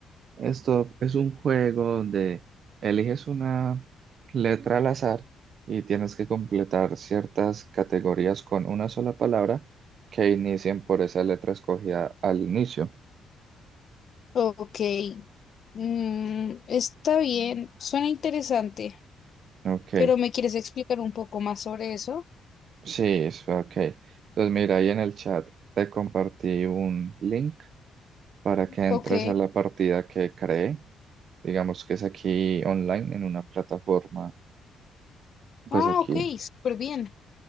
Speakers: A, on the right (about 60°); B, on the left (about 55°).
A: Stop es un juego donde eliges una letra al azar y tienes que completar ciertas categorías con una sola palabra que inicien por esa letra escogida al inicio.
B: Ok, mm, está bien, suena interesante,
A: Ok,
B: pero ¿me quieres explicar un poco más sobre eso?
A: sí, es- ok. Entonces mira, ahí en el chat te compartí un link para que entres
B: Ok,
A: a la partida que creé. Digamos que es aquí online, en una plataforma, pues
B: ah,
A: aquí.
B: ok, súper bien,